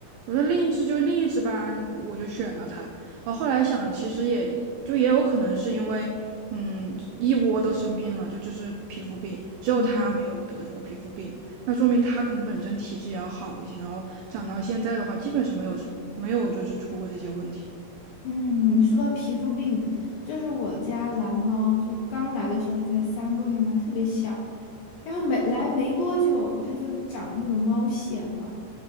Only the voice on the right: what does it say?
我说另一只就另一只吧，我就选了它。我后来想，其实也就也有可能是因为，嗯，一窝都生病了，就就是皮肤病，只有他没有得这个皮肤病，
那说明他可能本身体质也要好一些，然后长到现在的话，基本上没有没有就是出过这些问题。